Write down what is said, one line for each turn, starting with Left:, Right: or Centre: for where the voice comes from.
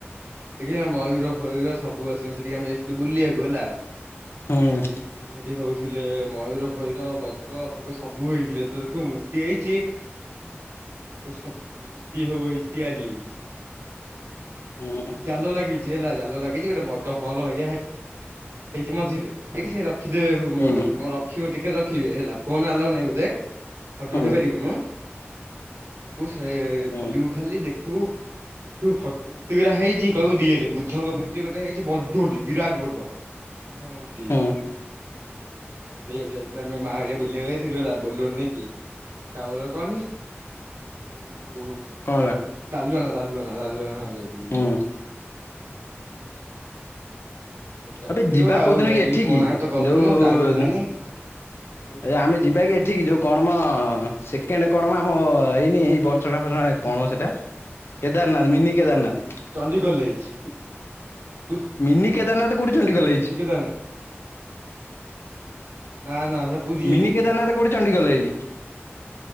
Right: ଦେଖିଛ ମୟୂର ଫୟୁର ସବୁ ଅଛନ୍ତି ସେଠିକି ଆମେ ଯାଇଥିଲୁ ବୁଲିବାକୁ ହେଲା।
Left: ହୁଁ
Right: ସେଠି ସେଠି ହଉଥିଲେ ମୟୂର ଫୟୂର ବ ଵଗ ଫୋଗ ସବୁ ହେଇଥିଲେ ଦେଖିବୁ ମୂର୍ତ୍ତି ହେଇଛି କୃଷ୍ଣ ମୂର୍ତ୍ତି ସବୁ ତିଆରି ହୋଇଛି।
Left: ହୁଁ।
Right: ଜାଲ ଲାଗିଛି ହେଲା ଜାଲ ଲାଗିଛି ଗୋଟେ ବଡ ହଲ୍ ବାଗିଆ ହେଇଛି ମଝିରେ ଟେଖି ରଖିଦେବେ
Left: ହୁଁ
Right: କଣ ଖିବୁ ଟିକେ ରଖିବେ ହେଲା ଫୋନ ଆଲାଓ ନାହିଁ ବୋଧେ ଫଟୋ
Left: ହୁଁ
Right: ଉଠେଇ ପାରିବୁନୁ? ଯିବୁ ସେ
Left: ହୁଁ
Right: ବୁଲିବୁ ଖାଲି ଦେଖିବୁ ଦେଖିବୁ ହଁ ମୂର୍ତ୍ତି ଗୁରା ହେଇଛି କହିବୁ ରି ଏଲ୍ ବୁଦ୍ଧଙ୍କ ମୂତ୍ତି ଗୋଟେ ହେଇଛି ବଡ଼ ଟେ ବିରାଟ ବଡ। ନା ମୂତି ହେଇଚି
Left: ହୁଁ
Right: ହଁ ସେଇଆକୁ ଯାଇଥିଲୁ ଆମେ ମାହାଳିଆ ବୁଲିବାକୁ ଯାଇଥିଲୁ ହେଲା ବୋଲର ନେଇକି। ଟ୍ରାଭେଲ ର କରନି ଉ
Left: କଣ ହେଲା?
Right: ଗାଲୁଆଣ ଗାଲୁଆଣ ରାଲୁଆଣ ଯାଇଥିଲୁ ବୁଲିବାକୁ।
Left: ହୁଁ
Right: ସେଆକୁ ଯାଇଥିଲୁ
Left: ଏବେ ଯିବା
Right: ଆଉ
Left: କୋଉଦିନ
Right: ଯାଇଥିଲୁ
Left: ଏଠିକି
Right: କୋଣାର୍କ ତ ଗଲୁନୁ
Left: ଯୋଉ
Right: ଟାଇମ ହେଲାନି କୋଉଠିକି
Left: ଏ ଆମେ ଯିବା କି ଏଠି ଏଠିକି ଯୋଉଁ କଣ ମ ସେକେଣ୍ଡ କଣ ମ ଆମ ଏଇନି ବର୍ଚଣା ର୍ଫଚଣା କଣ ସେଇଟା? କେଦାରନାଥ ମିନି କେଦାରନାଥ।
Right: ଚଣ୍ଡିଖୋଲରେ ହେଇଛି। ପୁରୀ
Left: ମିନି କେଦାରନାଥ କୋଉଁଠି ଚଣ୍ଡିଖୋଲରେ ହେଇଛି?
Right: ମିନି କେଦାରନାଥ ନା ନା ସେ ପୁରୀ
Left: ମିନି
Right: ହେଇଛି।
Left: କେଦାରନାଥ କୋଉଁଠି ଚଣ୍ଡିଖୋଲରେ ହେଇଛି?